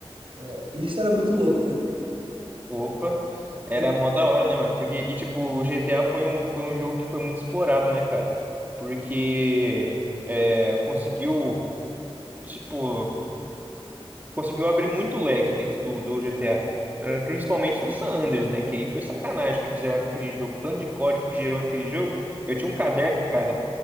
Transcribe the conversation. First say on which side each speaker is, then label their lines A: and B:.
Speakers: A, on the right; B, on the right.
A: É, e isso era muito louco, né?
B: Opa, era
A: E
B: mó da hora, né, mano? Porque, e tipo, o GTA foi um, foi um jogo que foi muito explorado, né, cara? Porque é, conseguiu, tipo, conseguiu abrir muito leque dentro do, do GTA. Eh, Principalmente no San Andreas, né? Que aí foi sacanagem que fizeram aquele jogo. O Tanto de código que gerou naquele jogo. Eu tinha um caderno, cara,